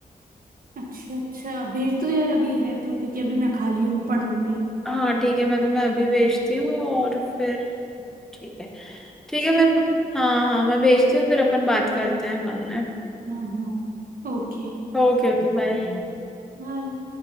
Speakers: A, on the right; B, in the centre.
A: अच्छा अच्छा भेज दो यार अभी है तो क्योंकि अभी मैं खाली हूँ पढ़ लूंगी
B: हाँ ठीक है मैं तुम्हें अभी भेजती हूँ और फिर ठीक है ठीक
A: ठीक
B: है फिर हाँ हाँ मैं भेजती हूँ फिर अपन बात करते हैं बाद में
A: हाँ हाँ ओके
B: ओके Okay bye
A: बाय